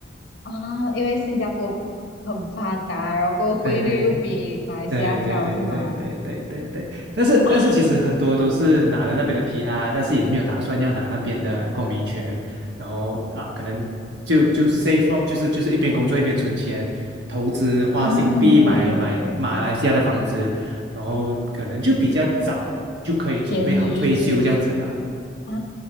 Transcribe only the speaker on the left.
啊，因为新加坡很发达，然后汇率又比马来西亚高，
是吗？
啊，
嗯，对对对对对，
便宜一些。啊，